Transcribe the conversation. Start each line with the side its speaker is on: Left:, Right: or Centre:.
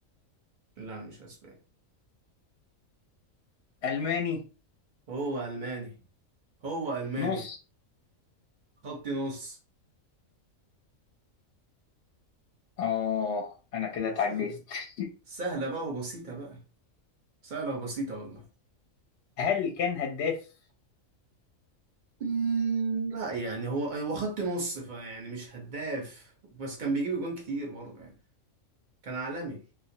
Right: لا مش اسباني
Left: الماني
Right: هو الماني هو الماني
Left: نص
Right: خط نص
Left: اه انا كده اتعجزت
Right: سهلة
Left: <laughs>
Right: سهلة بقى وبسيطة بقى سهلة وبسيطة والله
Left: هل كان هداف
Right: مم، لا يعني هو هو خط نص فيعني مش هداف بس كان بيجيب جوان كتير برضه يعني كان عالمي